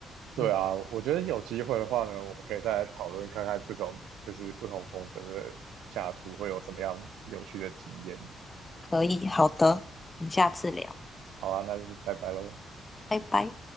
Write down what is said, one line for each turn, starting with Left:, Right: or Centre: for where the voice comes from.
Right: 对啊，
Left: 嗯，
Right: 我觉得有机会的话呢，我们可以再讨论看看这种就是不同风格的下厨会有什么样有趣的经验。
Left: 可以，好的，我们下次聊，
Right: 好啊，那就拜拜喽。
Left: 拜拜。